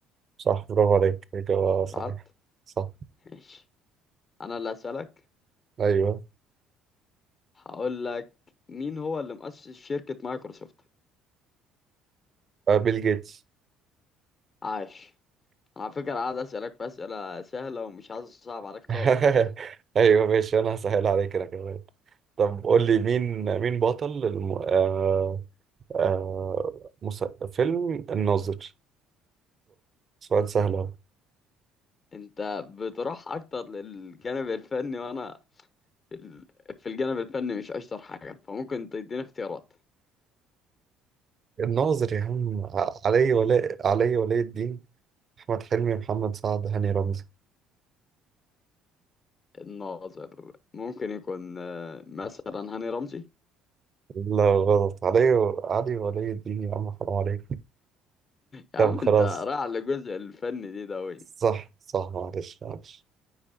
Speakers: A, on the right; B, on the left.
A: صح برافو عليك إجابة صحيحة
B: سعاد
A: صح
B: ماشي أنا اللي هسألك
A: أيوه
B: هقول لك مين هو اللي مؤسس شركة مايكروسوفت
A: آه، بيل جيتس
B: عاش أنا على فكرة قاعد أسألك بأسئلة سهلة ومش عايز أصعب عليك
A: <laughs>
B: خالص
A: أيوه ماشي أنا هسهل عليك أنا كمان طب قول لي مين مين بطل الم... آه... آه... مس... فيلم الناظر سؤال سهل أهو
B: انت بتروح اكتر للجانب الفني وانا في ال- في الجانب الفني مش اشطر حاجه فممكن تديني اختيارات
A: الناظر يا عم ع- علي ولاء علي ولي الدين أحمد حلمي محمد سعد هاني رمزي
B: الناظر ممكن يكون آه، مثلا هاني رمزي
A: لا غلط علي علي ولي الدين يا عم حرام عليك
B: يا
A: طب
B: عم
A: خلاص
B: انت رايح للجزء الفني دي ده وين
A: صح صح معلش معلش